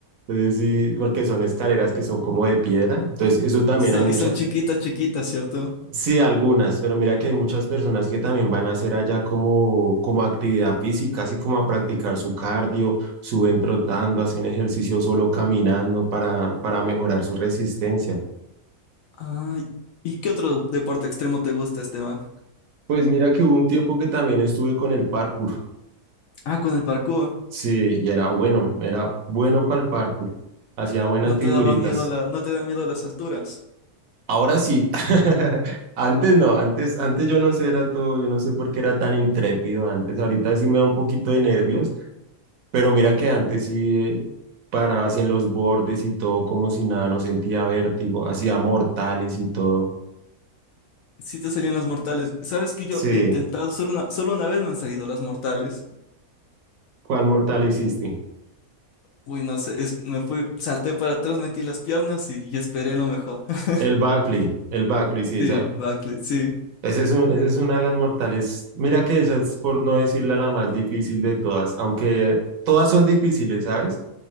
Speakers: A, on the right; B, on the left.
A: Entonces sí, porque son escaleras que son como de piedra. Entonces eso también
B: Y, so-
A: hay muchas,
B: y son chiquitas, chiquitas, ¿cierto?
A: sí, algunas, pero mira que hay muchas personas que también van a hacer allá como, como actividad física, así como a practicar su cardio, suben trotando, hacen ejercicio solo caminando para, para mejorar su resistencia.
B: Ay, ¿y qué otro deporte extremo te gusta, Esteban?
A: Pues mira que hubo un tiempo que también estuve con el parkour.
B: Ah, con el parkour.
A: Sí, y era bueno, era bueno para el parkour. Hacía buenas
B: No
A: figuritas.
B: te daba miedo la, no te da miedo las alturas.
A: Ahora sí. <laughs> Antes no, antes, antes yo no sé, era todo, yo no sé por qué era tan intrépido antes. Ahorita sí me da un poquito de nervios, pero mira que antes sí eh, paraba así en los bordes y todo, como si nada, no sentía vértigo, hacía mortales y todo.
B: Sí te salían las mortales. ¿Sabes que yo
A: Sí,
B: he intentado? Solo una, solo una vez me han salido las mortales.
A: ¿cuál mortal hiciste?
B: Uy, no sé, es- me fui, salté para atrás, metí las piernas y, y esperé lo mejor. <laughs>
A: El backflip, el backflip, sí,
B: Sí,
A: esa,
B: backflip, sí,
A: Esa es un, esa es una de las mortales. Mira que esa es, por no decirla, la más difícil de todas, aunque todas son difíciles, ¿sabes?